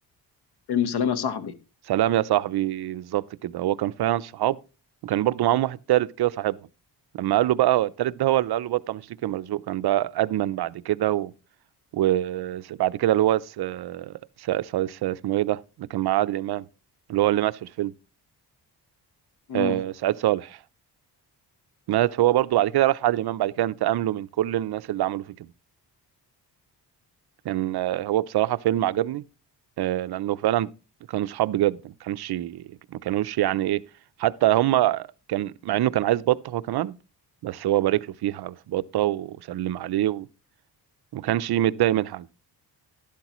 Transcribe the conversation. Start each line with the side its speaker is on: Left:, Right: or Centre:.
Left: فيلم سلام يا صاحبي
Right: سلام يا صاحبي بالظبط كده هو كان فعلا صحاب وكان برضو معاهم واحد تالت كده صاحبهم لما قال له بقى هو التالت ده هو اللي قال له بطة مشتكي مرزوق كان بقى ادمن بعد كده و... وبعد كده اللي هو س... س... س... س... اسمه ايه ده اللي كان مع عادل امام اللي هو اللي مات في الفيلم
Left: اه
Right: آه... سعيد صالح مات هو برضو بعد كده راح عادل امام بعد كده انتقم له من كل الناس اللي عملوا فيه كده كان آه، هو بصراحة فيلم عجبني آه، لأنه فعلا كانوا صحاب بجد ما كانش ما كانوش يعني إيه حتى هما كان مع إنه كان عايز بطة هو كمان بس هو بارك له فيها في بطة وسلم عليه و- وما كانش متضايق من حاجة